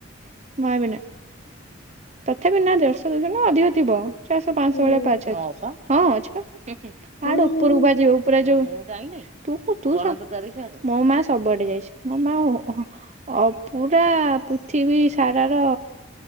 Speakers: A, on the right; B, on the left.
A: ମହବିନା ତଥାପି ନା, ଦେଢଶହ ଦୁଇଶହ ନୁହଁ, ଅଧିକ ଥିବ ଚାରିଶହ ପାଞ୍ଚଶହ
B: ହୁଁ
A: ଭଳିଆ ପାହଚ ଅଛି, ହଁ ପା, ହଁ ଅଛି ପା। ପାହାଡ
B: ହୁଁ
A: ଉପରକୁ
B: ହୁଁ
A: ପା ଯିବାକୁ ପୁରା ଯୋଉ ତୁକୁ ତୁ, ମୋ ମା ସବୁଆଡେ ଯାଇଚି, ମୋ ମା ଅ ପୁରା ପୃଥିବୀ ସାରାର